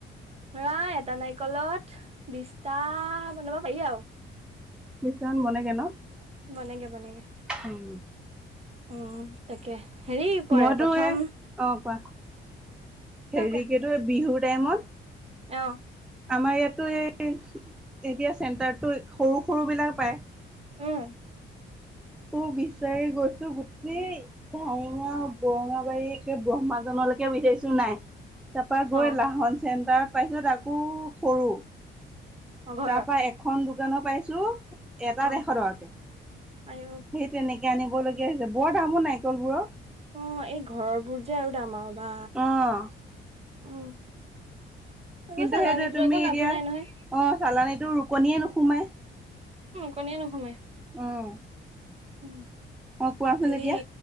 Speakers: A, on the right (about 30°); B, in the centre.
A: ৰাই এটা নাৰিকলত বিছটা বনাব পাৰি আৰু।
B: বিশটামান বনেগে ন?
A: বনেগ বনেগে।
B: উম
A: উম, তাকে। হেৰি কৰে
B: মইতো
A: প্ৰথম
B: এ, অ, কোৱা?
A: কোৱা
B: হেৰিকেতো
A: কোৱা
B: বিহুৰ টাইমত।
A: অ,
B: আমাৰ ইয়াতো এই এতিয়া চেণ্টাৰটো সৰু সৰু বিলাক পায়।
A: উম,
B: তোৰ বিচাৰি গৈছো গোটেই ভাইঙা বৰঙাবাৰী একে ব্ৰহ্মাজনৰ লকে বিচাৰিছো নাই। তাৰপা গৈ
A: অ
B: লাহন চেণ্টাৰত পাইছোঁ আকৌ সৰু।
A: অ ঘৰৰ
B: তাৰপৰা এখন দোকানত পাইছোঁ, এটা
A: অ
B: ডেৰশ টকাকে। সেই
A: আয়ো
B: তেনেকে আনিবলগগীয়া হৈছে। বৰ দাম অ' নাৰিকলবোৰৰ।
A: অ' এই ঘৰবোৰ যে আৰু দাম, বা।
B: অ
A: উম। আকৌ
B: কিন্তু
A: চালানীবোৰ
B: সেইটো তুমি
A: আকৌ লাভো
B: এতিয়া
A: নাই নহয়
B: অ' চালানীটো ৰুকনিয়ে নোসোমাই।
A: কনিয়ে নোসোমাই।
B: উম
A: উ,
B: অ' কোৱাচোন
A: হেৰি
B: এতিয়া